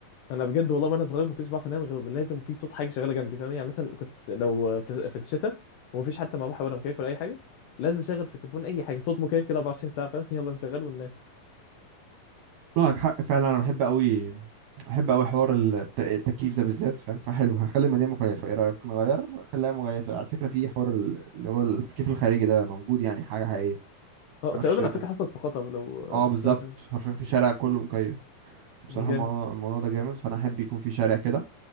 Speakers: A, on the left; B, on the right.
A: انا بجد والله وانا صغير ما كنتش بعرف انام غير لازم في صوت حاجه شغاله جنبي فاهم يعني مثلا كنت لو في, في الشتاء ومفيش حتى مروحه ولا مكيف ولا اي حاجه لازم اشغل في التليفون اي حاجه صوت مكيف كده 24 ساعه فاهم يلا نشغل وننام
B: معك حق فعلا انا بحب قوي بحب قوي حوار الت- التكييف ده بالذات فاهم فحلو هنخلي المدينه مكيفه ايه رايك نغير خليها مكيفه على فكره في حوار ال- اللي هو التكييف الخارجي ده موجود يعني حاجه حقيقيه
A: اه
B: أنا
A: تقريبا
B: في الشارع
A: على فكره حصلت في قطر لو آه،
B: اه بالظبط
A: سمعت عنها.
B: حرفيا في شارع كله مكيف بصراحة
A: جامد
B: الموضوع الموضوع ده جامد فأنا أحب يكون في شارع كده